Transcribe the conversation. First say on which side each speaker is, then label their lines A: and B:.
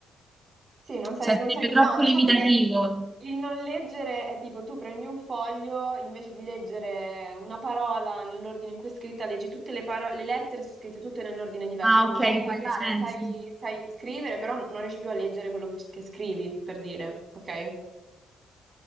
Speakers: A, on the right; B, on the right.
A: Sì, non sai,
B: cioè,
A: non
B: sarebbe
A: sai...
B: troppo
A: No, diciamo
B: limitativo.
A: che il non leggere è tipo tu prendi un foglio, invece di leggere una parola nell'ordine in cui è scritta, leggi tutte le parole, le lettere sono scritte tutte nell'ordine diverso,
B: Ah,
A: quindi
B: ok,
A: sai
B: in
A: parlare,
B: quel senso.
A: sai, sai scrivere, però non riesci più a leggere quello che, che scrivi, per dire, ok?